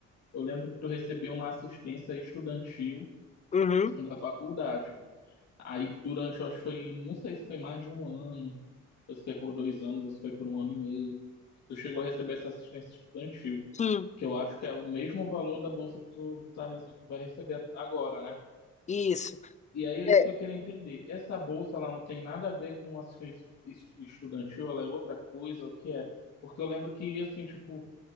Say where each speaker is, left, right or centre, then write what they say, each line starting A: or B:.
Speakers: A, on the left; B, on the left.
A: eu lembro que tu recebeu uma assistência estudantil
B: Uhum.
A: da faculdade. Aí durante, eu acho que foi, não sei se foi mais de um ano, ou se foi por dois anos, ou se foi por um ano e meio. Tu chegou a receber essa assistência estudantil,
B: Sim.
A: que eu acho que é o mesmo valor da bolsa que tu tá, re- vai receber agora, né?
B: Isso.
A: E aí é isso
B: É,
A: que eu queria entender. Essa bolsa, ela não tem nada a ver com assistência es- estudantil, ela é outra coisa, o que é? Porque eu lembro que, assim, tipo,